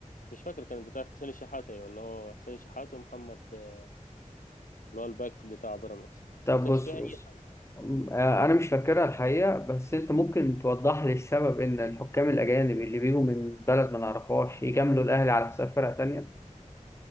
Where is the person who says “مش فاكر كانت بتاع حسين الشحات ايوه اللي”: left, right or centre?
Left